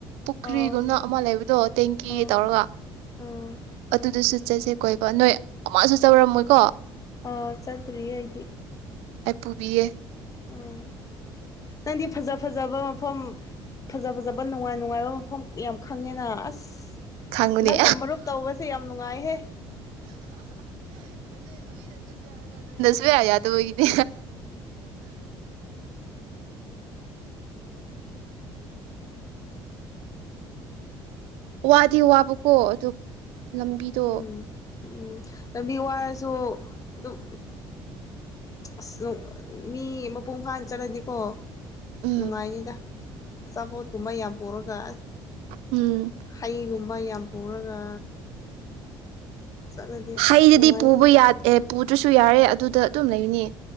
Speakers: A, on the right (about 80°); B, on the left (about 35°).
A: ꯄꯨꯈ꯭ꯔꯤꯒꯨꯝꯅ
B: ꯑꯣ
A: ꯑꯃ ꯂꯩꯕꯗꯣ ꯇꯦꯡꯀꯤ
B: ꯑꯣ
A: ꯇꯧꯔꯒ
B: ꯎꯝ
A: ꯑꯗꯨꯗꯁꯨ ꯆꯠꯁꯦ ꯀꯣꯏꯕ ꯅꯣꯏ ꯑꯃꯁꯨ ꯆꯠꯔꯝꯂꯣꯏꯀꯣ
B: ꯑ ꯆꯠꯇ꯭ꯔꯤ ꯑꯩꯗꯤ
A: ꯑꯩꯄꯨꯕꯤꯌꯦ
B: ꯎꯝ ꯅꯪꯗꯤ ꯐꯖ -ꯐꯖꯕ ꯃꯐꯝ ꯐꯖ ꯐꯖꯕ ꯅꯨꯡꯉꯥꯏ- ꯅꯨꯡꯉꯥꯏꯕ ꯃꯐꯝ ꯌꯥꯝ ꯈꯪꯉꯦꯅ ꯑꯁ
A: ꯈꯪꯕꯅꯦ
B: ꯅꯪꯒ ꯃꯔꯨꯞ ꯇꯧꯕꯁꯦ ꯌꯥꯝ ꯅꯨꯡꯉꯥꯏꯍꯦ
A: ꯁꯨꯡꯌꯥ ꯌꯥ ꯇꯕꯩꯅꯤ ꯋꯥꯗꯤ ꯋꯥꯕ ꯀꯣ ꯑꯗꯨ ꯂꯝꯕꯤꯗꯣ
B: ꯎꯝ ꯎꯝ ꯂꯝꯕꯤ ꯋꯥꯔꯁꯨ ꯑꯗꯨꯝ ꯑꯁ ꯃꯤ ꯃꯄꯨꯡ ꯐꯥꯅ ꯆꯠꯂꯗꯤꯀꯣ
A: ꯎꯝ
B: ꯅꯨꯡꯉꯥꯏꯅꯤꯗ ꯆꯥꯕꯣꯠ ꯀꯨꯝꯕ ꯌꯥꯝ ꯄꯣꯔꯒ
A: ꯎꯝ
B: ꯍꯩꯒꯨꯝ ꯃ ꯌꯥꯝ ꯄꯨꯔꯒ ꯆꯠꯂꯗꯤ
A: ꯍꯩꯗꯨꯗꯤ
B: ꯑꯁ ꯅꯨꯡꯉꯥꯏꯅꯤꯗ
A: ꯄꯨꯕ ꯌꯥꯗꯦ ꯄꯨꯗ꯭ꯔꯁꯨ ꯌꯥꯔꯦ ꯑꯗꯨꯗ ꯑꯗꯨꯝ ꯂꯩꯅꯦ